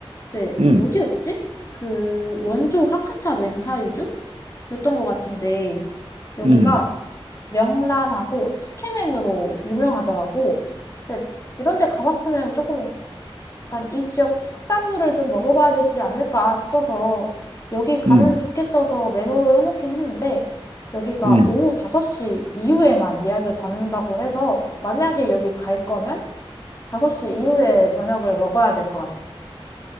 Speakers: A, on the left (about 35°); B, on the right (about 85°).
A: 근데
B: 음,
A: 어디였지? 그 원조 하카타 멘타이주였던 것 같은데 여기가
B: 음,
A: 명란하고 츠케멘으로 유명하더라고. 근데 이런 데 가봤으면 조금 약간 이 지역 특산물을 좀 먹어봐야 되지 않을까 싶어서 여기 가면
B: 음,
A: 좋겠어서 메모를 해놓긴 했는데 여기가
B: 음.
A: 오후 5시 이후에만 예약을 받는다고 해서 만약에 여기 갈 거면 5시 이후에 저녁을 먹어야 될 것 같아.